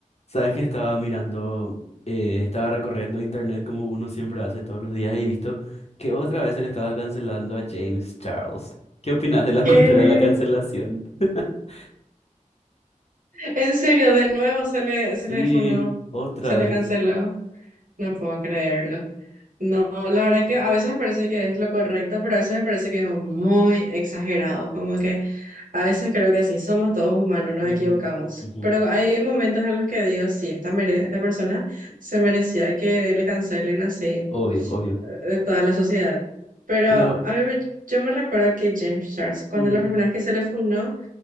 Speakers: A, on the left; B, on the right.
A: Sabes que estaba mirando, eh, estaba recorriendo internet como uno siempre hace todos los días y visto que otra vez se le estaba cancelando a James Charles. ¿Qué opinas de la
B: ¿Qué?
A: <laughs> cultura de la cancelación? <laughs>
B: En serio, de nuevo se le, se
A: Sí,
B: le funó,
A: otra
B: se
A: vez.
B: le canceló. No puedo creerlo. No, la verdad que a veces me parece que es lo correcto, pero a veces me parece que es muy exagerado. Como que a veces creo que así somos todos humanos, nos
A: Ujú,
B: equivocamos.
A: ujú.
B: Pero hay momentos en los que digo, sí, esta, mere- esta persona se merecía que le cancelen así
A: Obvio, obvio.
B: eh, de toda la sociedad. Pero
A: Pero
B: a mí me- yo me recuerdo que James Charles, cuando
A: mm,
B: la primera vez que se le funó,